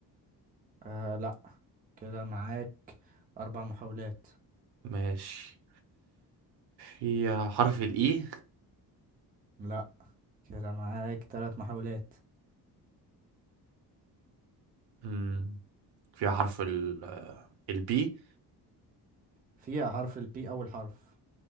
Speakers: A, on the right; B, on the right.
A: آه لأ كده معاك أربع محاولات
B: ماشي فيها حرف الاي
A: لأ كده معاك تلات محاولات
B: مم. فيها حرف ال البي
A: فيها حرف البي أول حرف